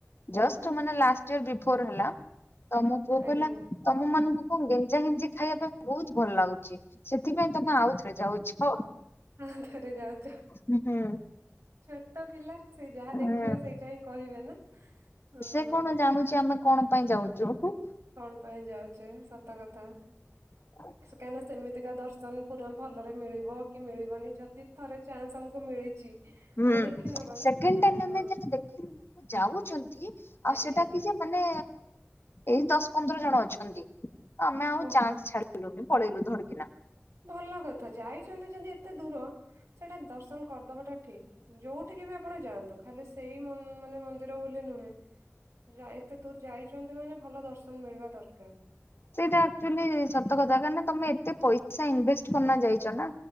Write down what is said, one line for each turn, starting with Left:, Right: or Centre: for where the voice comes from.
Left: ଜଷ୍ଟ୍ ମାନେ ଲାଷ୍ଟ ଇଅର୍ ବିଫରେ ହେଲା। ତ ମୋ ପୁଅ
Right: ଆଜ୍ଞା
Left: କହିଲା ତମ ମାନଙ୍କୁ କଣ ଗେଞ୍ଜା ଗେଞ୍ଜି ଖାଇବା ପାଇଁ ବହୁତ ଭଲ ଲାଗୁଛି। ସେଥି ପାଇଁ ତମେ ଆଉଥରେ ଯାଉଛ।
Right: ଆଉଥରେ ଯାଉଛ
Left: ହୁଁ।
Right: ଛୋଟ ପିଲା ସେ ଯାହା
Left: ହୁଁ
Right: ଦେଖିବେ ସେଇଟା ହିଁ କହିବେ ନା? ହଁ
Left: ସେ କଣ ଜାଣୁଛି ଆମେ କଣ ପାଇଁ ଯାଉଛୁୁ?
Right: କଣ ପାଇଁ ଯାଉଛେ? ସତ କଥା।
Left: <unintelligible>
Right: କାହିଁକିନା ସେମିତିକା ଦର୍ଶନ ପୁରା ଭଲରେ ମିଳିବ କି ମିଳିବନି? ଯଦି ଥରେ ଚାନ୍ସ ଆମକୁ ମିଳିଛି।
Left: ହୁଁ
Right: ଆମେ ଦେଖିନବା
Left: ସେକେଣ୍ଡ
Right: ନା
Left: ଟାଇମ
Right: ହଁ
Left: ଦେଖିଲୁ ଆମେ ଦେଖିଲୁ ଯାଉଛନ୍ତି ଆଉ
Right: ଆଜ୍ଞା
Left: ସେଟା କି ଯେ ମାନେ ଏଇ ଦଶ ପନ୍ଦର ଜଣ ଅଛନ୍ତି। ଆମେ ଆଉ
Right: ଓହୋ
Left: ଚାନ୍ସ ଛାଡ ପଳେଇଲୁ ଧଡ଼କିନା।
Right: ଭଲ କଥା ଯାଇଛନ୍ତି ଯଦି ଏତେ ଦୂର ସେଟା ଦର୍ଶନ କରିଦବାଟା ଠିକ। ଯୋଉଠିକି ବି ଆପଣ ଯାଆନ୍ତୁ ଖାଲି ସେଇ ମାନେ ମନ୍ଦିର ବୋଲି ନୁହେଁ। ଯ ଏତେ ଦୂର ଯାଇଛନ୍ତି ମାନେ ଭଲ ଦର୍ଶନ ମିଳିବା ଦରକାର।
Left: ସେଇଟା ଆକ୍ଚୁଆଲି ସତ କଥା କାହିଁକି ନା ତମେ ଏତେ ପଇସା ଇନଭେଷ୍ଟ କରିକିନା ଯାଇଛ ନା?